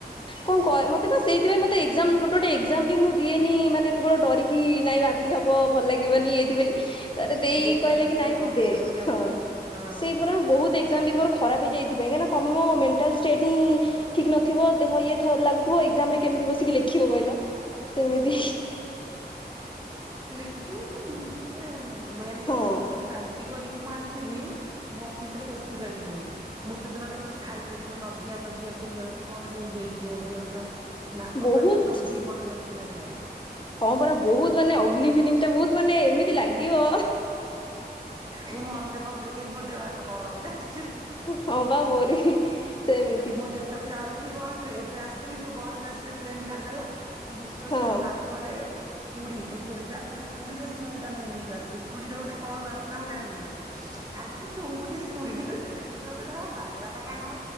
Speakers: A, on the left; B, on the right.
A: କଣ କହ! ମତେ ବା ସେଇଥିପାଇଁ ମତେ ଏକ୍ଜାମ ମ ଗୋଟେ ଗୋଟେ ଏକ୍ଜାମ ବି ମୁଁ ଦଏନି ମାନେ କେବଳ ଡିରିକି। କି ନାଇଁ ବାନ୍ତି ହବ। ଭଲ ଲାଗିବନି ଏଇଥିପାଇଁ। ତାପରେ ଦେଇ
B: ଦେଇପାରିବିନି
A: କହିଲା କି ନାଇଁ ତୁ
B: କମ୍ଫର୍ଟେବୁଲ୍
A: ଦେ
B: ହବନି
A: ହଁ
B: ହଁ।
A: ସେଇପରା ବହୁତ ଏ ବି ମୋର ଖରାପ ହେଇଯାଇଥିବ କାଇଁନା ତମ ମେଟାଲ୍ ଷ୍ଟେଟ ହିଁ ଠିକ ନ ଥିବ ଦେହ ଇଏ ଲାଗୁଥିବ ଏଗଜାମ ରେ କେମିତି ବସିକି ଲେଖିବ କହିଲ କେମିତି
B: ଲେଖିବ ତ ନିଜେ ମେନ୍ କଥା
A: ହଁ
B: ମତେ ଯଦି ବାନ୍ତି କରିକି ମୁଁ ଆସିବି ମୁଁ ଅଫିସ ରେ ବସି ପାରିବିନି। ମୁଁ ସେଦିନ ଟା କିଛି ଖାଇପାରିବି ମାନେ ନଜିଆ ଜିଅ ଫିଲ୍ ହୁଏ। କି କଣେ ହେଇଯାଇଛି। କି ମୋ ଦେହ ଫେହ ନାକ
A: ବହୁତ
B: ପାଟି ସବୁ ଦି ପଟେ ବାନ୍ତି ବାହାରିବ।
A: ହଁ ପରା ବହୁତ ମାନେ ଅଗଲି ଫିଲଙ୍ଗ ଟା ବହୁତ ମାନେ ଏମିତି ଲାଗିବ
B: ମୁଁ ମନେ ପକେଇଲି ମୋ ଦେହ ହାତ କଣ ହବ ଜାଣିଛୁ
A: ହଁ ବା ମୋର ବି ସେମିତି
B: ମୁଁ ଯେତେବେଳେ ଯାଉଥିବି ବସ ରେ ଏବେ ଆସିଥିଲି ଯୋଉଁ ବସ ରେ ଆସିଲି ଟ୍ରେନ ଛାଡିଦେଲା
A: ହଁ।
B: ନାକ ନାକରେ ଚୁଡି ମୋ ଚୁଡି ଟା ଖାଲି ଚୁଡିର ସ୍ମେଲ ଟା <unintelligible> ଚୁଡି ଗୋଟେ କଣ ବାସନା ମୁଁ ଜାଣିନି। ଖାଲି ତ ଶୁଗୁଁଛି ସେ ଚୁଡ଼ିଟା ଯିଏ ଦେଖୁଥିବ କହିବ ପାଗଲାଟା ନା କଣ